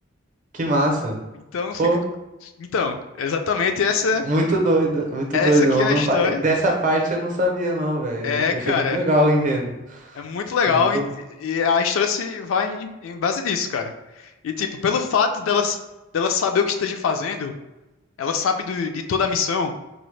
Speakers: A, on the right; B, on the left.
A: que massa.
B: Então fica.
A: Pô,
B: Então, exatamente essa
A: muito doido, muito
B: essa
A: doido.
B: que
A: Não,
B: é a história.
A: não fa- Dessa parte eu não sabia, não, velho.
B: É,
A: Eu
B: cara,
A: Achei muito legal o enredo.
B: é muito
A: Sim,
B: legal
A: muito...
B: e, e a história se vai em, em base disso, cara. E tipo, pelo fato dela, dela saber o que esteja fazendo, ela sabe do- de toda a missão.